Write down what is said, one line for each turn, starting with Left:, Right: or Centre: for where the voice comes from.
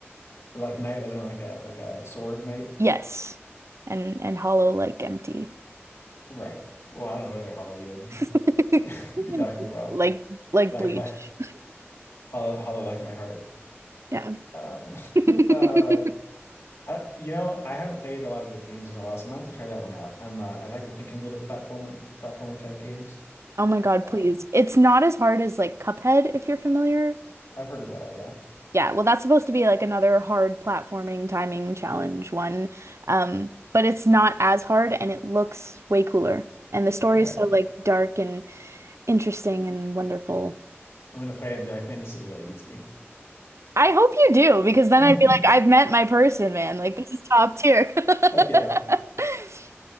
Left: Like knight, as in like a like a sword knight,
Right: Yes. And and hollow like empty.
Left: right? Well, I don't know what other hollow you would
Right: <laughs>
Left: <laughs> be talking about.
Right: Like like
Left: Like,
Right: bleach.
Left: like hollow, hollow like my heart.
Right: Yeah.
Left: Um,
Right: <laughs>
Left: <laughs> uh, I, you know, I haven't played a lot of good games in a while, so I might have to try that one out. I'm, uh, I like to think I'm good at platformer platformer type games.
Right: Oh my God,
Left: Um,
Right: please. It's not as hard as like Cuphead if you're familiar
Left: I've heard of that. Yeah.
Right: Yeah, well, that's supposed to be like another hard platforming timing challenge one. Um, but it's not as hard and it looks way cooler. And the story
Left: Okay.
Right: is so like dark and interesting and wonderful.
Left: I'm gonna play it and be like, man, this is really easy.
Right: I hope you do, because then
Left: <laughs>
Right: I'd be like, I've met my person, man. Like this is top tier.
Left: Like yeah,
Right: <laughs>